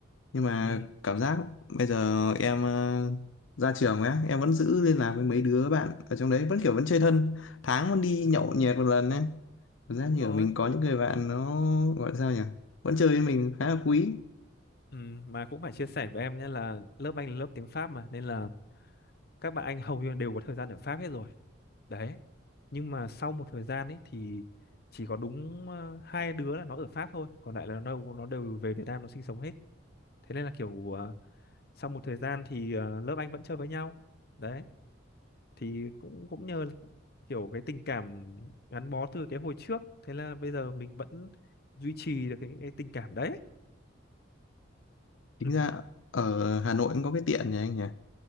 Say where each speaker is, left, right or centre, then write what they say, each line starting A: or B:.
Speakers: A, on the left; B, on the left.
A: nhưng mà
B: Ừ,
A: cảm giác bây giờ em ờ, ra trường ấy em vẫn giữ liên lạc với mấy đứa bạn ở trong đấy vẫn kiểu vẫn chơi thân tháng vẫn đi
B: ừ
A: nhậu nhẹt một lần ấy cảm giác
B: đúng
A: như
B: rồi.
A: ở mình có những người bạn nó gọi là sao nhỉ vẫn chơi với mình khá là quý
B: Ừ, mà cũng phải chia sẻ với em nhé là lớp anh là lớp tiếng Pháp mà nên là các bạn anh hầu như đều có thời gian ở Pháp hết rồi. Đấy, nhưng mà sau một thời gian ấy thì chỉ có đúng ờ, hai đứa là nó ở Pháp thôi còn lại là nó nó đều về Việt Nam nó sinh sống hết thế nên là kiểu ờ, sau một thời gian thì ờ, lớp anh vẫn chơi với nhau đấy thì cũng cũng nhờ kiểu cái tình cảm gắn bó từ cái hồi trước thế là bây giờ mình vẫn duy trì được cái, cái tình cảm đấy
A: chính
B: <laughs>
A: ra ở Hà Nội cũng có cái tiện nhỉ anh nhỉ